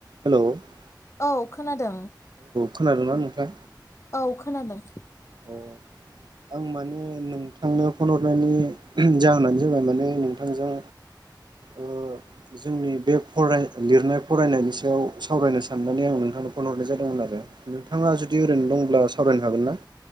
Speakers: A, on the right; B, on the left.
A: हेलौ औ
B: औ खोनादों
A: खोनादोंना नोंथां
B: औ खोनादों
A: औ आं माने नोंथांनो फन हरनायनि जाहोनानो जाबाय माने नोंथांजों ओ जोंनि बे फराय लिरनाय फरायनायनि सायाव सावरायनो साननानै आं नोंथांनो फन हरनाय जादोंमोन आरो नोंथाङा जुदि जदि ओरै दंब्ला सावरायनो हागोन ना